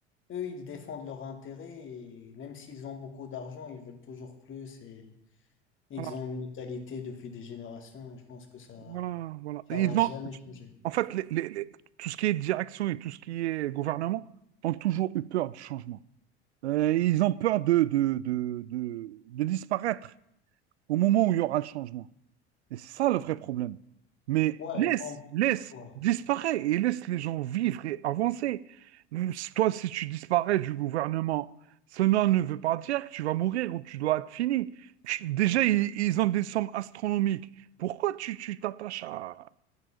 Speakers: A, on the left; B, on the right.
A: eux, ils défendent leurs intérêts et même s'ils ont beaucoup d'argent, ils veulent toujours plus et ils
B: Voilà.
A: ont une mentalité depuis des générations et je pense que ça,
B: Voilà, voilà.
A: ça
B: Et
A: va
B: Ils
A: jamais
B: ont,
A: changer.
B: en fait, les- les- les- tout ce qui est direction et tout ce qui est gouvernement ont toujours eu peur du changement. Euh, ils ont peur de, de, de, de, de disparaître au moment où il y aura le changement. Et c'est ça le vrai problème. Mais
A: Ouais,
B: laisse,
A: en-
B: laisse,
A: ouais,
B: disparaît et laisse les gens vivre et avancer. Si Toi, si tu disparais du gouvernement, cela ne veut pas dire que tu vas mourir ou tu dois être fini. Tu- Déjà, ils, ils ont des sommes astronomiques. Pourquoi tu tu t'attaches à